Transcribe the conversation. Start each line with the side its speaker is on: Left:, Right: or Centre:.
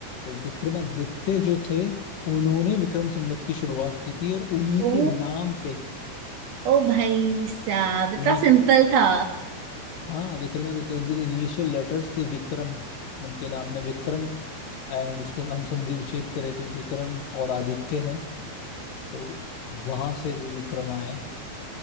Left: तो विक्रमादित्य जो थे उन्होंने विक्रम संवत की शुरुआत की थी और उन्हीं
Right: ओ
Left: के नाम पे
Right: ओ भाई साहब इतना
Left: उन्हीं
Right: सिंपल
Left: के
Right: था
Left: हाँ विक्रमादित्य उनके जो इनिशियल लेटर्स थे विक्रम उनके नाम में विक्रम एंड उसका हम संधि विच्छेद करें तो विक्रम और आदित्य है तो वहां से वो विक्रम आया